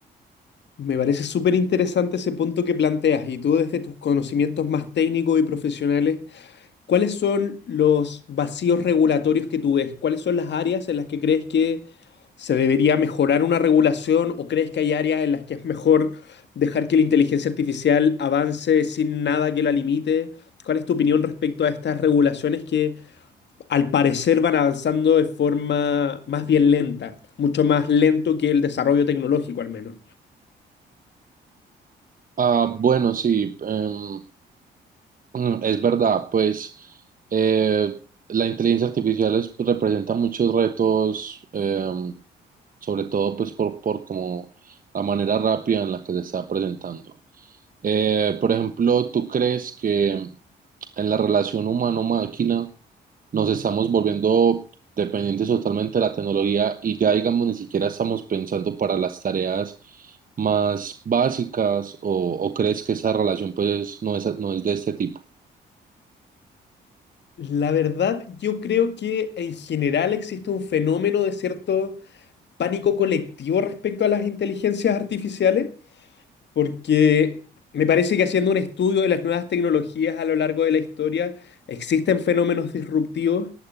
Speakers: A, on the left (about 65°); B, on the right (about 45°).
A: Me parece súper interesante ese punto que planteas y tú desde tus conocimientos más técnicos y profesionales, ¿Cuáles son los vacíos regulatorios que tú ves? ¿Cuáles son las áreas en las que crees que se debería mejorar una regulación o crees que hay áreas en las que es mejor dejar que la inteligencia artificial avance sin nada que la limite? ¿Cuál es tu opinión respecto a estas regulaciones que al parecer van avanzando de forma más bien lenta, mucho más lento que el desarrollo tecnológico al menos?
B: Ah, bueno, sí, em, mm, es verdad, pues eh, la inteligencia artificial es- pues, representa muchos retos, em, sobre todo pues por, por como la manera rápida en la que se está presentando. Eh, por ejemplo, ¿tú crees que en la relación humano-máquina nos estamos volviendo dependientes totalmente de la tecnología y ya digamos ni siquiera estamos pensando para las tareas más básicas o, o crees que esa relación pues no es, no es de este tipo.
A: La verdad, yo creo que en general existe un fenómeno de cierto pánico colectivo respecto a las inteligencias artificiales. Porque me parece que haciendo un estudio de las nuevas tecnologías a lo largo de la historia, existen fenómenos disruptivos.